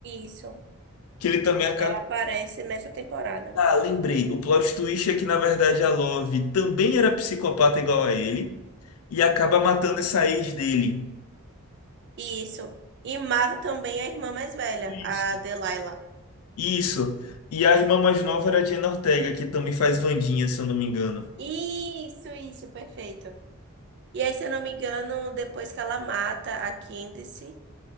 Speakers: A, on the right; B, on the left.
A: Isso.
B: Que ele também acaba.
A: Ela aparece nessa temporada.
B: Ah, lembrei. O plot twist é que, na verdade, a Love também era psicopata igual a ele e acaba matando essa ex dele.
A: Isso. E mata também a irmã mais velha,
B: Isso.
A: a Delilah.
B: Isso. E a irmã mais nova era a Jenna Ortega, que também faz Wandinha, se eu não me engano.
A: Isso, isso, perfeito. E aí, se eu não me engano, depois que ela mata a Candice